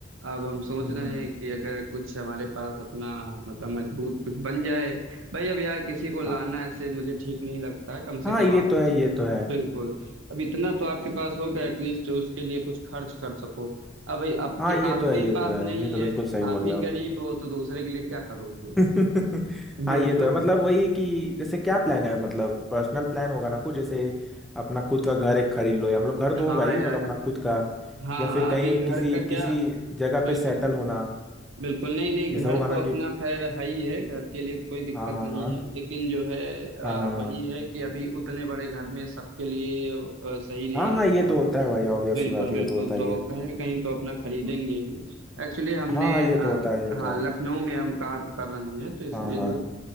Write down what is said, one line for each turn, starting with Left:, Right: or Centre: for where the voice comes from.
Right: अब हम सोच
Centre: हम्म
Right: रहे
Centre: हम्म,
Right: हैं
Centre: हम्म,
Right: कि अगर कुछ हमारे पास अपना मतलब मजबूत कुछ बन जाए भाई अब यार किसी को लाना
Centre: हाँ हाँ हाँ
Right: ऐसे मुझे ठीक नहीं लगता है कम से
Centre: हाँ
Right: कम
Centre: ये
Right: आप
Centre: तो है ये तो है
Right: बिल्कुल अब इतना तो आपके
Centre: हाँ
Right: पास होगा एटलीस्ट उसके लिए कुछ खर्च कर सको अब भाई आपके
Centre: हाँ, ये
Right: आपके
Centre: तो है
Right: ही
Centre: ये
Right: पास
Centre: तो है
Right: नहीं
Centre: ये तो
Right: है
Centre: बिल्कुल सही बोल
Right: आप ही
Centre: रहे हो
Right: गरीब हो तो दूसरे के लिए क्या करोगे
Centre: <laughs> हाँ
Right: बिल्कुल
Centre: ये तो है मतलब वही कि जैसे क्या प्लान है मतलब पर्सनल प्लान होगा ना कुछ जैसे अपना खुद का घर एक खरीद लो या मतलब घर तो
Right: हाँ
Centre: होगा ही
Right: यार
Centre: मतलब अपना खुद का
Right: हाँ
Centre: या फिर
Right: हाँ
Centre: कहीं
Right: अभी घर
Centre: किसी
Right: का क्या
Centre: किसी जगह
Right: बिल्कुल
Centre: पे सेटल
Right: बिल्कुल
Centre: होना
Right: बिल्कुल नहीं नहीं
Centre: जैसे
Right: घर
Centre: होगा
Right: तो
Centre: ना कि
Right: अपना खैर है ही है घर के लिए कोई दिक्कत
Centre: हाँ हाँ
Right: नहीं
Centre: हाँ
Right: है लेकिन जो है आ,
Centre: हाँ हाँ
Right: वही
Centre: हाँ
Right: है कि अभी उतने बड़े घर में सबके लिए आ, सही नहीं
Centre: हाँ हाँ
Right: रहता
Centre: ये तो
Right: है
Centre: होता है भाई ऑब्वियस
Right: बिल्कुल
Centre: सी बात है
Right: बिल्कुल
Centre: ये तो होता ही
Right: तो
Centre: है
Right: कहीं ना कहीं तो अपना खरीदेंगे
Centre: हम्म,
Right: ही एक्चुअली हमने
Centre: हाँ हाँ, ये
Right: अ,
Centre: तो होता है ये होता
Right: हाँ
Centre: है
Right: लखनऊ में हम काम कर रहे हैं तो इसलिए
Centre: हाँ हाँ
Right: जो